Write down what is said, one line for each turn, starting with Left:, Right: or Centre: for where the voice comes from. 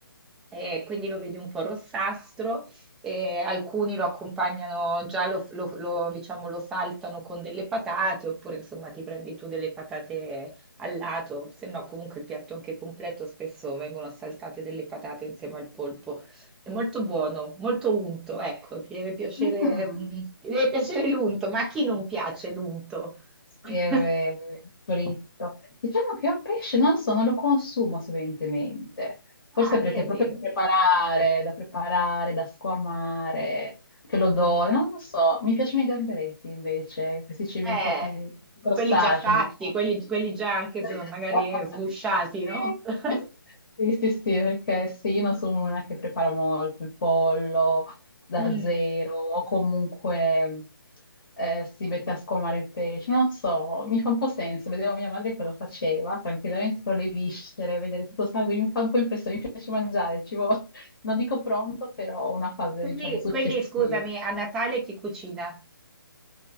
Centre: e quindi lo vedi un po' rossastro, e alcuni lo accompagnano già, lo, lo- lo, diciamo, lo saltano con delle patate, oppure insomma ti prendi tu delle patate al lato, se no comunque il piatto anche completo spesso vengono saltate delle patate insieme al polpo. È molto buono, molto unto, ecco, ti deve piacere,
Left: Mm.
Centre: mm, ti deve piacere l'unto, ma a chi non piace l'unto?
Left: Sì,
Centre: <laughs>
Left: è vero, è fritto. Diciamo che io pesce non so, non lo consumo sovente,
Centre: Ah,
Left: forse perché
Centre: vedi?
Left: è proprio da preparare, da preparare, da squamare, che l'odore,
Centre: Mm.
Left: non lo so. Mi piacciono i gamberetti invece, questi cibi
Centre: Eh,
Left: un po' così, crostacei,
Centre: quelli già fatti,
Left: diciamo.
Centre: quelli, quelli già anche
Left: <laughs>
Centre: s- magari sgusciati,
Left: Sì.
Centre: no? <laughs>
Left: Sì, sì, sì, perché sì, io non sono una che prepara molto il pollo, da
Centre: Mm.
Left: zero o comunque eh, si mette a scolmare il pesce. Non so, mi fa un po' senso. Vedevo mia madre che lo faceva tranquillamente con le viscere, vedere tutto sangue, mi fa un po' impressione, mi piace mangiare, ci vo- <laughs> non dico pronto, però una fase,
Centre: Quindi,
Left: diciamo, successiva.
Centre: quindi, scusami, a Natale chi cucina?